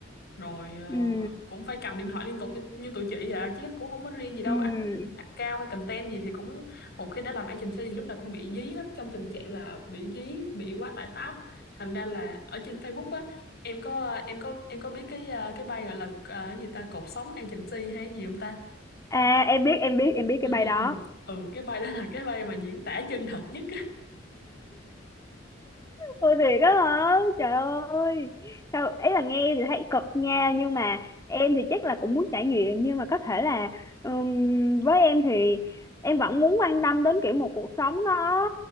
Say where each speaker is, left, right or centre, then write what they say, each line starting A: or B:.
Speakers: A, on the left; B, on the left.
A: rồi ờ,
B: ừ
A: cũng phải cầm điện thoại liên tục như, như tụi chị vậy à, chứ cũng không có riêng gì đâu
B: ừ
A: à, account hay content gì thì cũng một khi đã làm agency thì lúc nào cũng bị dí hết trong tình trạng là bị dí bị quá tải task thành ra là ở trên Facebook á em có em có em có biết cái ờ, cái bay gọi là ờ, cái gì ta cột sống agency hay cái gì không ta
B: <laughs> à em biết em biết em biết
A: ừ
B: cái bài
A: ừ
B: đó
A: ừ ừ cái bay đó là cái bay mà diễn tả chân thật nhất á.
B: Ôi thiệt á hả? Trời ơi. Sao ấy là nghe thì thấy cực nha nhưng mà em thì chắc là cũng muốn trải nghiệm nhưng mà có thể là ừm, với em thì em vẫn muốn quan tâm đến kiểu một cuộc sống nó